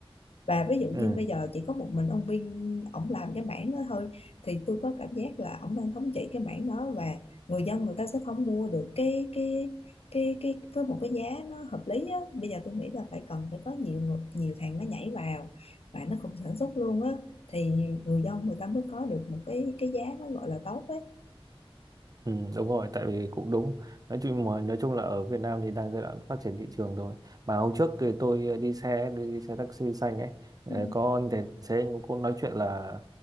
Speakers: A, on the left; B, on the right.
A: và ví dụ như
B: Ừ.
A: bây giờ chỉ có một mình ông Vin ổng làm cái mảng đó thôi thì tôi có cảm giác là ổng đang thống trị cái mảng đó và người dân người ta sẽ không mua được cái cái cái cái với một cái giá nó hợp lý á bây giờ tôi nghĩ là phải cần phải có nhiều người- nhiều thằng nó nhảy vào và nó cùng sản xuất luôn á thì người dân người ta mới có được một cái cái giá nó gọi là tốt ấy
B: Ừ, đúng rồi, tại vì cũng đúng. Nói chung mà nói chung là ở Việt Nam thì đang giai đoạn phát triển thị trường rồi. Mà hôm trước thì tôi đi xe đi, đi xe taxi xanh ấy, ờ,
A: ừ,
B: có anh tài xế anh cũng nói chuyện là